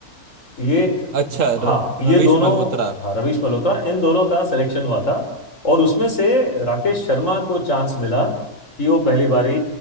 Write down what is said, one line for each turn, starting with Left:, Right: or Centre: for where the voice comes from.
Left: ये
Right: अच्छा
Left: हाँ
Right: र,
Left: ये
Right: रवीश
Left: दोनों
Right: मल्होत्रा
Left: हाँ रवीश मल्होत्रा इन दोनों का सिलेक्शन हुआ था और उसमें से राकेश शर्मा को चांस मिला कि वो पहली बारी